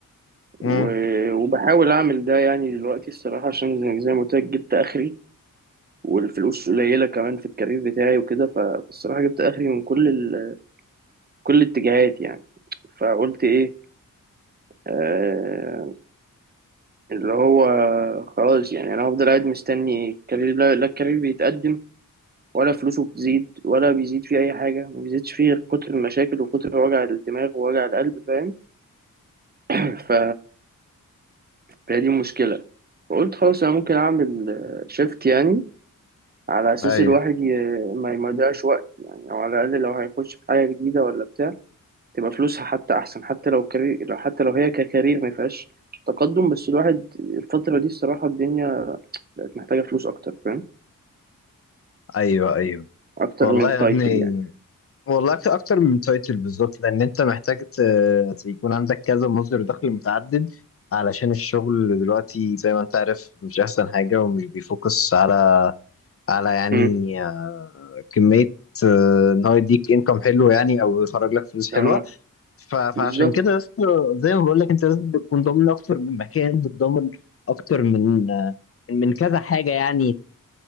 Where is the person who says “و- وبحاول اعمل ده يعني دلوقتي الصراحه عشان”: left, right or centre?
Right